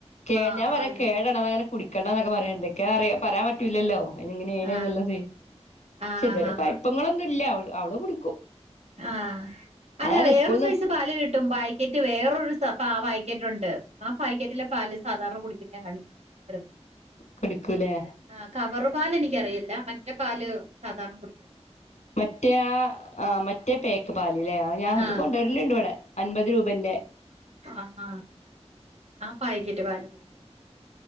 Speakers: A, on the left; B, on the right.
A: കേ
B: ആഹ്
A: ഞാൻ പറയാ
B: അയ്യോ
A: കേടാണ് അത് അങ്ങനെ കുടിക്കേണ്ട എന്നൊക്കെ പറയണ്ട് എന്തൊക്കെ പറയാൻ പറ്റൂലല്ലോ എങ്ങനെയാണ്
B: ആഹ്
A: എന്നുള്ളത് പക്ഷെ
B: ആഹ്
A: ഇതുവരെ
B: ആഹ്
A: കൊയ്പ്പങ്ങളൊന്നും ഇല്ല അവ അവള് കുടിക്കും
B: ആഹ് അല്ല
A: അതാണ്
B: വേറെ
A: സ്കൂൾന്ന്
B: സൈസ് പാല് കിട്ടും പായ്ക്കറ്റ് റ്റ് വേറൊരു സ പ പായാക്കറ്റ് ഉണ്ട് ആ പാക്കറ്റിലെ പാല് സാധാരണ കുടിക്കുന്ന ഞാൻ കണ്ടിട്ടുണ്ട് ർ
A: കുടിക്കൂലെ
B: ആഹ് കവർ പാൽ എനിക്കറിയില്ല മറ്റെ പാൽ സാധാരണ കുടിക്ക
A: മറ്റേ ആഹ് മറ്റേ പേക്ക് പാലല്ലേ ഞാൻ അത്
B: ആഹ്
A: കൊണ്ടുവരലണ്ട് ഇവിടെ അൻപത് രൂപന്റെ
B: ആഹാ ആ പായ്ക്കറ്റ് പാല് കുടിക്കും